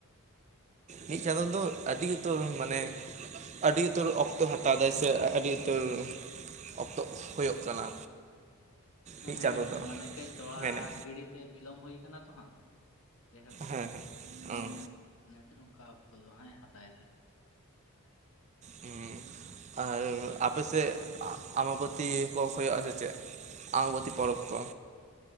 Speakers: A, on the right; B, on the left.
A: ᱢᱤᱫ ᱪᱟᱸᱫᱚ ᱫᱚ ᱟᱹᱰᱤ ᱩᱛᱟᱹᱨ ᱢᱟᱱᱮ ᱾ ᱟᱹᱰᱤ ᱩᱛᱟᱹᱨ ᱚᱠᱛᱚ ᱦᱟᱛᱟᱣ ᱫᱟᱭ ᱥᱮ ᱟᱹᱰᱤ ᱩᱛᱟᱹᱨ ᱚᱠᱛᱚ ᱦᱩᱭᱩᱜ ᱠᱟᱱᱟ ᱢᱤᱫ
B: ᱦᱮᱸ
A: ᱪᱟᱸᱫᱳ
B: ᱦᱮᱸ
A: ᱫᱚ
B: ᱢᱟᱱᱮ ᱠᱟᱹᱡ ᱛᱚᱲᱟ
A: ᱢᱮᱱᱮᱫ
B: ᱜᱤᱲᱤ ᱛᱮ ᱵᱤᱞᱚᱢ ᱦᱩᱭ ᱠᱟᱱᱟ ᱛᱚ ᱦᱟᱸᱜ ᱡᱟᱭᱦᱳᱠ
A: ᱦᱮᱸ ᱦᱮᱸ ᱚᱸ
B: ᱚᱱᱟ ᱠᱷᱟᱹᱛᱤᱨ ᱚᱱᱠᱟ ᱚᱠᱛᱚ ᱫᱚ ᱦᱟᱸᱜ ᱦᱟᱛᱟᱣ ᱮᱫᱟᱭ
A: ᱦᱩᱸ ᱟᱨ ᱟᱯᱮ ᱥᱮᱫ ᱟᱵᱟᱵᱚᱛᱤ ᱠᱚ ᱦᱳᱭᱳᱜᱼᱟ ᱥᱮ ᱪᱮᱫ ᱟᱵᱟᱵᱚᱛᱤ ᱯᱚᱨᱚᱵ ᱠᱚ